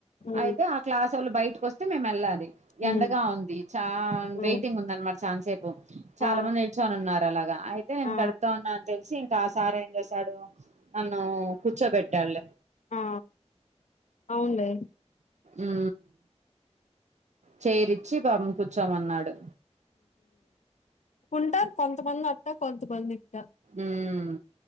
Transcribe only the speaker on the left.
ఉమ్
ఉమ్
ఉమ్
ఆ
ఆ
ఆ అవును
ఉంటారు కొంతమంది అట్ట కొంతమంది ఇట్ల